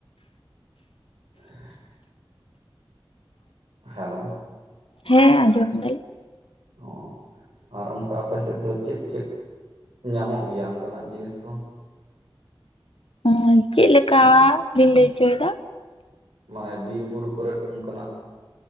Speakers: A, on the right; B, on the left.
A: <inaudible> ᱦᱮᱞᱳ᱾
B: ᱦᱮᱸ ᱟᱸᱡᱚᱢ ᱫᱟᱞᱤᱧ᱾
A: ᱚ ᱟᱨ ᱚᱱᱠᱟ ᱟᱯᱮ ᱥᱮᱫ ᱫᱚ ᱪᱮᱫ ᱪᱮᱫ ᱧᱟᱢᱚᱜ ᱜᱮᱭᱟ ᱚᱱᱠᱟᱱᱟᱜ ᱡᱤᱱᱤ ᱠᱚ?
B: ᱦᱳᱭ ᱪᱮᱫ ᱞᱮᱠᱟ ᱵᱤᱱ ᱞᱟᱹᱭ ᱦᱚᱪᱚᱭᱮᱫᱟ?
A: ᱢᱟᱱᱮ ᱵᱤᱨ ᱵᱩᱨᱩ ᱠᱚᱨᱮᱫ ᱚᱱᱠᱟᱱᱟᱜ